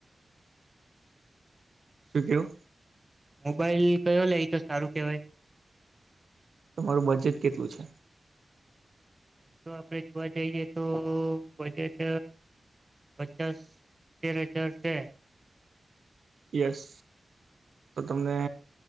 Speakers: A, on the right; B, on the right.
A: શું થયું
B: મોબાઈલ કયો લે એ તો સારું કેવાય
A: તમારું બજેટ કેટલું છે
B: એમ તો આપડે જોવા જઈએ તો બજેટ પચાસ સિત્તેર હજાર છે
A: યસ તો તમને